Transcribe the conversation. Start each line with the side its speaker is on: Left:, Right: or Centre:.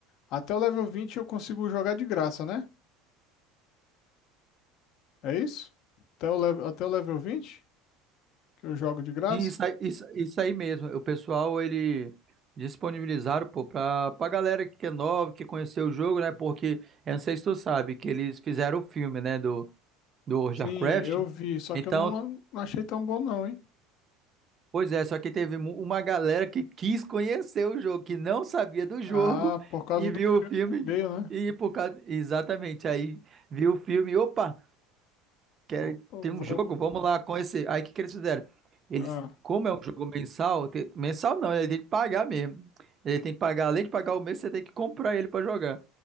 Left: Até o level 20 eu consigo jogar de graça, né? É isso? Até o, level, até o level 20 que eu jogo de graça?
Right: Sim, Isso aí, isso, isso aí mesmo. O pessoal, ele disponibilizaram, pô, pra, pra galera que é nova, que conheceu o jogo, né? Porque, eu não sei se tu sabe, que eles fizeram o filme, né? Do, do World
Left: Sim,
Right: of Warcraft.
Left: eu vi. Só
Right: Então,
Left: que eu não, não achei tão bom, não, hein?
Right: pois é, só que teve mu- uma galera que quis conhecer o jogo, que não sabia do jogo
Left: Ah, por causa
Right: e
Left: do
Right: viu
Left: filme
Right: o filme.
Left: que veio, né?
Right: E por causa. Exatamente, aí viu o filme, opa! quer,
Left: Opa, eu
Right: tem um
Left: vou.
Right: jogo, vamos lá com esse. Aí o que, que eles fizeram? Eles,
Left: Ah,
Right: como é um jogo mensal, te- mensal não, ele tem que pagar mesmo. Ele tem que pagar, além de pagar o mês, você tem que comprar ele pra jogar.